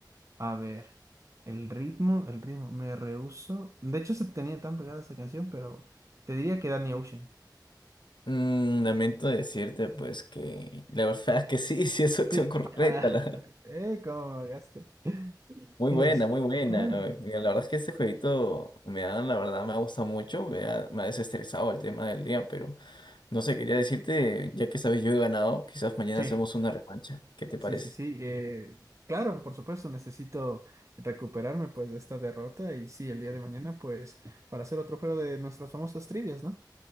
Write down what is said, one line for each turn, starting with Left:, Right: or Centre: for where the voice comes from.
Right: A ver, el ritmo, el ritmo, me rehúso. De hecho, se tenía tan pegada esa canción, pero te diría que Danny Ocean.
Left: Mm, lamento decirte, pues, que la verdad <laughs> es que sí, sí es opción
Right: Sí.
Left: correcta.
Right: <laughs> Ah,
Left: la
Right: eh, ¿cómo me agaste?
Left: Muy
Right: Fíjate,
Left: buena, muy buena.
Right: ¿cómo?
Left: eh, mira, la verdad es que este jueguito me ha, la verdad, me ha gustado mucho, me ha, me ha desestresado el tema del día, pero no sé, quería decirte, ya que sabes yo he ganado, quizás mañana
Right: Sí,
Left: hacemos una revancha. ¿Qué te
Right: sí,
Left: parece?
Right: sí, sí. eh, claro, por supuesto, necesito recuperarme pues de esta derrota y sí, el día de mañana pues para hacer otro juego de nuestras famosas trivias, ¿no?